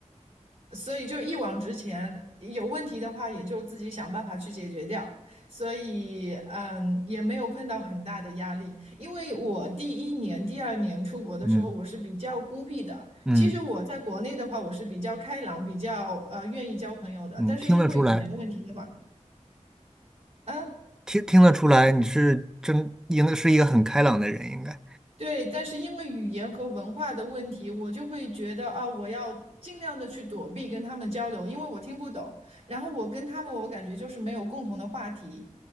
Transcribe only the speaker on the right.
所以就一往直前，有问题的话也就自己想办法去解决掉。所以，嗯，也没有碰到很大的压力。因为我第一年、第二年出国的时候，
我是比较孤僻的。
其实我在国内的话，我是比较开朗，比较呃愿意交朋友的。
但是因为语言问题的话，
啊。
对，但是因为语言和文化的问题，我就会觉得啊，我要尽量的去躲避跟他们交流，因为我听不懂。然后我跟他们，我感觉就是没有共同的话题。